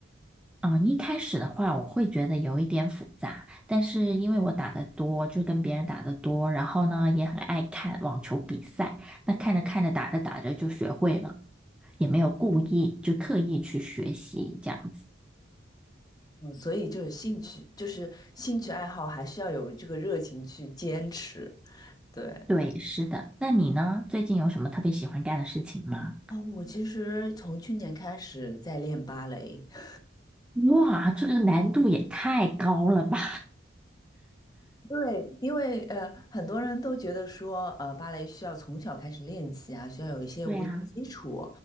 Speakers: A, in the centre; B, on the left.
A: 嗯，一开始的话，我会觉得有一点复杂，但是因为我打的多，就跟别人打的多，然后呢，也很爱看网球比赛，那看着看着，打着打着就学会了，也没有故意，就刻意去学习这样子。
B: 嗯，嗯所以就是兴趣，就是兴趣爱好，还需要有这个热情去坚持。对。
A: 对，是的。那你呢？最近有什么特别喜欢干的事情吗？
B: 哦，我其实从去年开始在练芭蕾，<laughs>
A: 哇，这个难度也太高了吧！
B: 对，因为呃，很多人都觉得说，呃，芭蕾需要从小开始练起啊，需要有一些舞蹈基础，
A: <laughs> 对呀，